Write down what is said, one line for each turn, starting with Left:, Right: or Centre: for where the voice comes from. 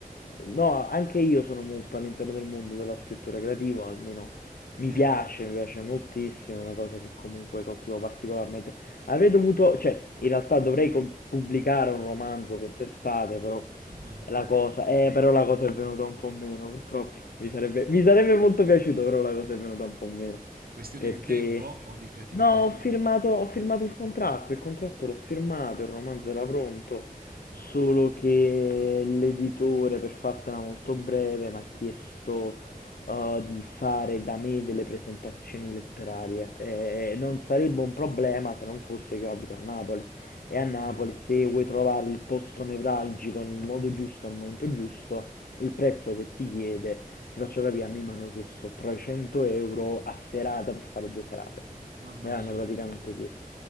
Left: no, anche io sono molto all'interno del mondo della scrittura creativa, almeno
Right: Ok.
Left: mi piace, mi piace moltissimo, è una cosa che comunque coltivo particolarmente. Avrei dovuto, cioè, in realtà dovrei com- pubblicare un romanzo quest'estate, però
Right: Ah.
Left: è la cosa, eh, però la cosa è venuta un po' meno, purtroppo. Mi sarebbe,
Right: Eh, oh,
Left: mi sarebbe molto piaciuto, però la cosa è venuta un po' meno,
Right: Questioni
Left: perché...
Right: di tempo o di creatività?
Left: No, ho firmato, ho firmato il contratto, il contratto l'ho firmato, il romanzo era pronto,
Right: Sì.
Left: solo che l'editore, per fartela molto breve, mi ha chiesto eh, di fare da me delle presentazioni letterarie. E non sarebbe un problema se non fosse che abito a Napoli. E
Right: Ok.
Left: a Napoli, se vuoi trovare il posto nevralgico nel modo giusto, al momento giusto, il prezzo che ti chiede, ti faccio capire, a me mi hanno chiesto 300 euro a serata per fare due serate.
Right: Mamma
Left: Me
Right: mia.
Left: l'hanno praticamente chiesto.